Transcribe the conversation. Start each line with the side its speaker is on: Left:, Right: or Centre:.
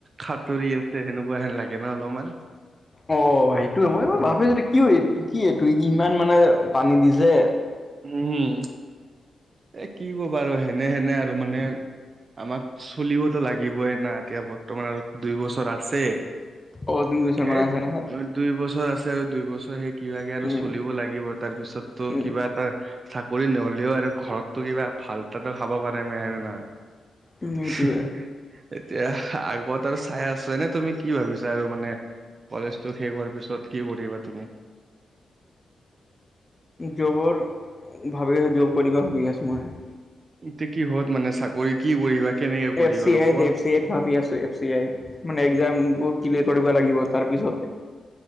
Right: খাতুৰি আছে, সেনেকুৱা হেন লাগে ন অলপমান।
Left: অ', সেইটোৱে, মই এই মই
Right: উম
Left: ভাবিছো কি এই কি এইটো, ইমান মানে পানী দিছে।
Right: উম', এ কি ক'বা আৰু হেনে হেনে আৰু মানে। আমাক চলিবতো লাগিবই না, এতিয়া বৰ্তমান আৰু দুই বছৰ আছে।
Left: অ' দুই বছৰ মান
Right: এ
Left: আছে নহয়,
Right: দুই বছৰ আছে, আৰু দুই বছৰ সেই। কিবাকে আৰু
Left: উম,
Right: চলিব লাগিব, তাৰপিছততো
Left: উম,
Right: কিবা। ত' চাকৰি নহ'লেও আৰু ঘৰততো কিবা ভাল তাতো খাব পাৰিলে আৰু না। <unintelligible> <inaudible>
Left: উম, সেইটোৱে।
Right: এতিয়া আগত আৰু চাই আছো, এনে তুমি কি ভাবিছা আৰু মানে? কলেজতো শেষ হোৱাৰ পিছত কি কৰিবা তুমি?
Left: জবৰ ভাবি আছো জব কৰিবা ভাবি আছো মই।
Right: এতিয়া কি হত মানে চাকৰি কি কৰিবা? কেনেকে কৰিবা
Left: এফ চি
Right: অলপ
Left: আই।
Right: কোৱা?
Left: <unintelligible> ভাবি আছো এফ চি আইত, মানে একজাম বোৰ ক্লিয়াৰ কৰিব লাগিব, তাৰ পিছতহে।